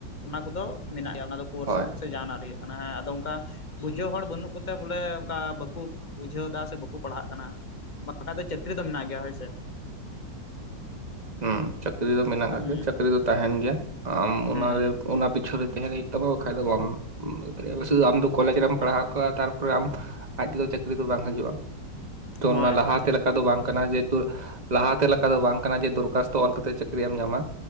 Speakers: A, on the left; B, on the right.
A: ᱚᱱᱟ ᱠᱚᱫᱚ ᱢᱮᱱᱟᱜ ᱜᱮᱭᱟ ᱚᱱᱟ ᱫᱚ ᱠᱳᱨᱥ
B: ᱦᱳᱭ
A: ᱥᱮ ᱡᱟᱦᱟᱱᱟᱜ ᱠᱟᱱᱟ ᱦᱮᱸ ᱟᱫᱚ ᱚᱝᱠᱟ ᱵᱩᱡᱷᱟᱹᱣ ᱦᱚᱲ ᱵᱟᱹᱱᱩᱜ ᱠᱚᱛᱮ ᱵᱚᱞᱮ ᱚᱝᱠᱟ ᱵᱟᱠᱚ ᱵᱩᱡᱷᱟᱹᱣ ᱫᱟ ᱥᱮ ᱵᱟᱠᱚ ᱯᱟᱲᱦᱟᱜ ᱠᱟᱱᱟ ᱵᱟᱝ ᱠᱷᱟᱡᱽ ᱫᱚ ᱪᱟᱹᱠᱨᱤ ᱫᱚ ᱢᱮᱱᱟᱜ ᱜᱮᱭᱟ ᱦᱳᱭ ᱥᱮ,
B: <inaudible> ᱦᱩᱸ ᱪᱟᱹᱠᱨᱤ ᱫᱚ ᱢᱮᱱᱟᱜ ᱠᱟᱜ
A: ᱦᱩᱸ
B: ᱜᱮᱭᱟ ᱪᱟᱹᱠᱨᱤ ᱫᱚ ᱛᱟᱦᱮᱱ ᱜᱮᱭᱟ ᱟᱢ ᱚᱱᱟᱨᱮ
A: ᱦᱩᱸ
B: ᱚᱱᱟ ᱯᱤᱪᱷᱚᱱ ᱨᱮ ᱛᱟᱸᱦᱮᱱ ᱦᱩᱭᱩᱜ ᱛᱟᱢᱟ ᱵᱟᱠᱷᱟᱡ ᱫᱚ ᱵᱟᱢ ᱤᱭᱟᱹ ᱫᱟᱲᱮᱭᱟᱜ-ᱟ, ᱵᱮᱥᱤ ᱫᱚ ᱟᱢ ᱠᱚᱞᱮᱡ ᱨᱮᱢ ᱯᱟᱲᱦᱟᱣ ᱠᱚ ᱛᱟᱨᱯᱚᱨᱮ ᱟᱢ ᱟᱡ ᱛᱮᱫᱚ ᱪᱟᱹᱠᱨᱤ ᱫᱚ ᱵᱟᱝ ᱦᱟᱡᱩᱜᱼᱟ, ᱛᱚ ᱚᱱᱟ
A: ᱦᱳᱭ
B: ᱞᱟᱦᱟᱛᱮ
A: ᱦᱳᱭ
B: ᱞᱮᱠᱟ ᱫᱚ ᱵᱟᱝ ᱠᱟᱱᱟ ᱡᱮ ᱛᱳᱨ ᱞᱟᱦᱟᱛᱮ ᱞᱮᱠᱟ ᱫᱚ ᱵᱟᱝ ᱠᱟᱱᱟ ᱡᱮ ᱫᱚᱨ ᱠᱟᱥᱛᱚ ᱚᱞ ᱠᱟᱛᱮᱫ ᱪᱟᱹᱠᱨᱤ ᱮᱢ ᱧᱟᱢᱟ,